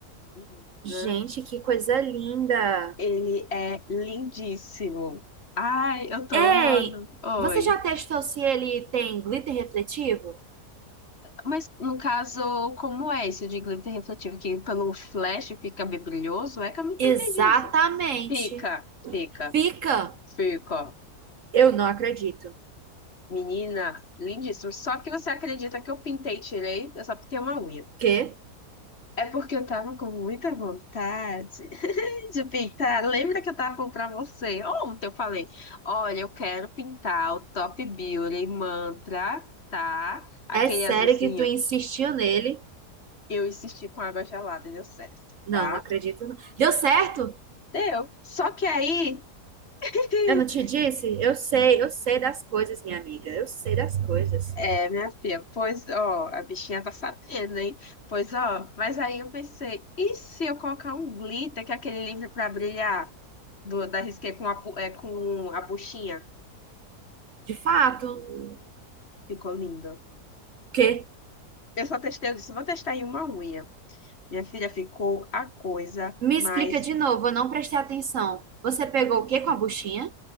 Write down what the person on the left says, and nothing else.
Menina,
Ele é lindíssimo. Ai, eu tô amando.
Oi.
Mas no caso, como é esse de glitter refletivo? Que pelo flash fica bem brilhoso? É que eu nunca
entendi isso. Fica, fica,
fica.
Menina, lindíssimo. Só que você acredita que eu pintei e tirei? Eu só pintei uma unha.
É porque eu tava com muita vontade <laughs> de pintar. Lembra que eu tava falando pra você? Ontem eu falei: olha, eu quero pintar o Top Beauty Mantra, tá? Aquele
azulzinho.
Eu insisti com água gelada e deu certo,
tá?
Deu. Só que aí. <laughs>
É, minha filha, pois, ó, a bichinha tá sabendo, hein? Pois, ó, mas aí eu pensei, e se eu colocar um glitter, que é aquele livro pra brilhar, do, da Risqué com a, bu- é, com a buchinha?
Ficou lindo.
Eu só testei, eu disse, vou testar em uma unha. Minha filha, ficou a coisa,
mas